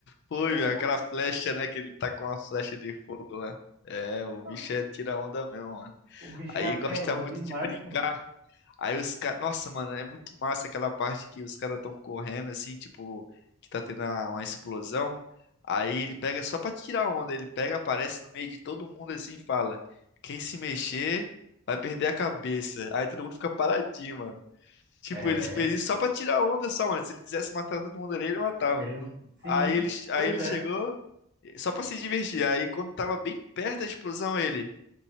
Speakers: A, on the left; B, on the right.
A: Foi, velho, aquela
B: como é
A: flecha,
B: que.
A: né? Que ele tá com uma flecha de fogo lá. É, o
B: tá?
A: bicho é tira onda mesmo, mano.
B: O bicho
A: Aí
B: é apelão
A: gosta muito
B: demais,
A: de brincar.
B: mano.
A: Aí os caras. Nossa, mano, é muito massa aquela parte que os caras estão correndo assim, tipo, que tá tendo a- uma explosão. Aí ele pega só pra tirar onda, ele pega, aparece no meio de todo mundo assim e fala: Quem se mexer vai perder a cabeça. Aí todo mundo fica paradinho, mano. Tipo,
B: É,
A: ele fez isso só pra tirar onda, só, mano. Se ele quisesse matar todo mundo ali, ele matava.
B: Ele não- Sim,
A: Aí ele, aí
B: pois
A: ele
B: é.
A: chegou só pra se divertir. Aí quando tava bem perto da explosão, ele.